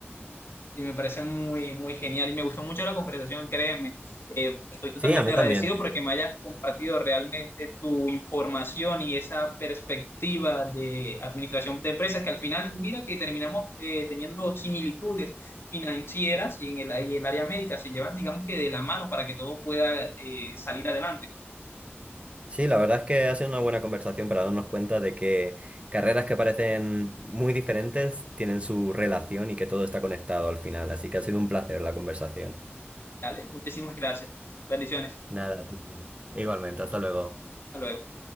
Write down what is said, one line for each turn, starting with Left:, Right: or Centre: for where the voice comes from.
Left: Y me parece muy, muy genial y me gustó mucho la conversación, créeme. Eh, estoy totalmente
Right: Sí, a mí
Left: agradecido
Right: también.
Left: porque me hayas compartido realmente tu información y esa perspectiva de administración de empresas que al final, mira que terminamos eh, teniendo similitudes financieras y en el, y el área médica se llevan, digamos que de la mano para que todo pueda eh, salir adelante.
Right: Sí, la verdad es que ha sido una buena conversación para darnos cuenta de que carreras que parecen muy diferentes tienen su relación y que todo está conectado al final. Así que ha sido un placer la conversación.
Left: Dale, muchísimas gracias. Bendiciones.
Right: Nada, a igualmente, hasta luego.
Left: Hasta luego.